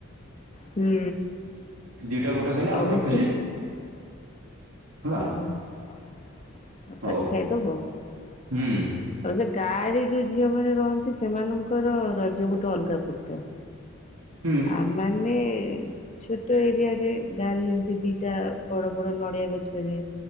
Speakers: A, on the left (about 35°); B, on the right (about 75°).
A: ହୁଁ
B: ଦିଟା ଗୋଟେ ହେଲା ଆଉ
A: ଅବଶ୍ୟ
B: ଗୋଟେ ରଖିଛି। ହେଲା
A: ହୁଁକାଲି
B: ହଉ
A: ଖାଇଦବ ଆଉ
B: ହୁଁ
A: ଯିଏ ଗାଁ ରେ ଯୋଉ ଝିଅ ମାନେ ରହନ୍ତି ସେମାନଙ୍କର ରଜ ଗୋଟେ ଅଲଗା ପ୍ରକାର।
B: ହୁଁ
A: ଆ ମାନେ ଛୋଟ ଏରିଆ ରେ ଗାଁରେ ଯେମିତି ଦିଟା ବଡ ବଡ ନଡିଆ ଗଛ। ରେ